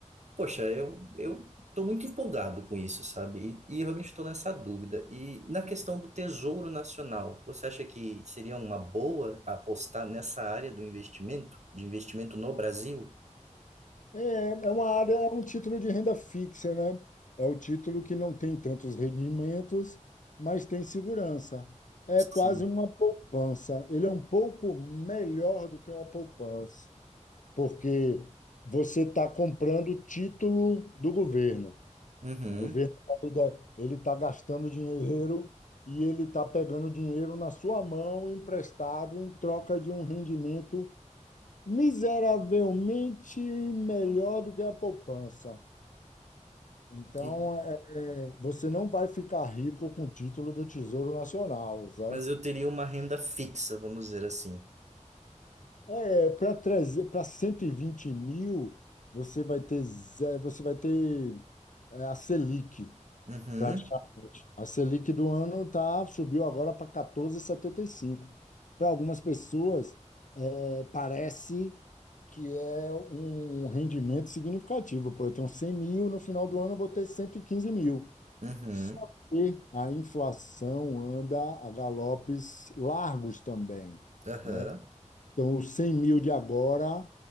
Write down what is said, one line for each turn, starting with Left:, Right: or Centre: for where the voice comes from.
Right: Poxa, eu, eu tô muito empolgado com isso, sabe? E, e eu realmente estou nessa dúvida. E na questão do Tesouro Nacional, você acha que seria uma boa apostar nessa área do investimento, de investimento no Brasil?
Left: É, é uma área, é um título de renda fixa, né? É o título que não tem tantos rendimentos, mas tem segurança. É quase
Right: Sim.
Left: uma poupança. Ele é um pouco melhor do que uma poupança. porque você está comprando título do governo.
Right: Uhum.
Left: O governo ele está gastando dinheiro e ele está pegando dinheiro na sua mão emprestado em troca de um rendimento miseravelmente melhor do que a poupança. Então,
Right: E-
Left: é, é, você não vai ficar rico com o título do Tesouro Nacional, sabe?
Right: mas eu teria uma renda fixa, vamos dizer assim.
Left: É, para trazer para 120 mil, você vai ter ze- você vai ter é, a Selic,
Right: Uhum,
Left: praticamente. A Selic do ano tá, subiu agora para quatorze vírgula setenta e cinco Para algumas pessoas, é, parece que é um rendimento significativo. Pô, eu tenho 100 mil, no final do ano eu vou ter 115 mil.
Right: uhum,
Left: Só que a inflação anda a galopes largos também,
Right: aham,
Left: né? Então, os 100 mil de agora